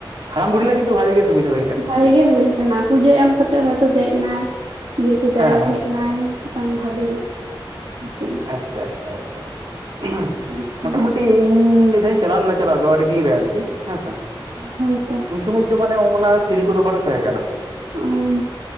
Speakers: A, on the right; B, on the right.
A: ᱦᱟᱲᱟᱢ ᱵᱩᱰᱷᱤ ᱞᱟᱹᱜᱤᱫ ᱫᱚ ᱵᱷᱟᱜᱤ ᱜᱮ ᱥᱩᱵᱤᱫᱟ ᱦᱩᱭ ᱟᱠᱟᱱᱟ᱾
B: <unintelligible> ᱜᱮ ᱦᱩᱭ <inaudible> ᱠᱟᱱᱟ, ᱯᱩᱡᱟᱹ ᱮᱢ ᱠᱟᱛᱮᱜ ᱦᱚᱭᱛᱚ ᱫᱮᱜ ᱱᱟᱭ ᱤᱭᱟᱹ ᱠᱮᱫᱟᱭ
A: ᱦᱮᱸ ᱦᱮᱸ
B: ᱦᱮᱜ ᱱᱟᱭ ᱢᱤᱫᱴᱟᱝ ᱵᱷᱟᱜᱮ ᱟᱨᱠᱤ
A: ᱟᱪᱪᱷᱟ ᱟᱪᱪᱷᱟ ᱟᱪᱪᱷᱟ ᱟᱪᱪᱷᱟ,
B: ᱦᱮᱸᱛᱚ
A: ᱢᱚᱴᱟᱼᱢᱩᱴᱤ ᱤᱧᱻ ᱢᱤᱫ ᱫᱷᱟᱣᱤᱧ ᱪᱟᱞᱟᱣ ᱞᱮᱱᱟ ᱪᱟᱞᱟᱣ ᱫᱚ ᱟᱹᱰᱤ ᱫᱤᱱ ᱨᱮ ᱟᱨᱠᱤ ᱦᱮᱸ ᱥᱮ
B: ᱦᱳᱭᱛᱚ
A: <unintelligible> <unintelligible> ᱫᱚ ᱢᱟᱱᱮ ᱚᱱᱟ ᱥᱤᱲᱤ ᱠᱚᱫᱚ ᱵᱟᱝ ᱛᱟᱦᱮᱸ ᱠᱟᱱᱟ᱾
B: ᱦᱩᱸ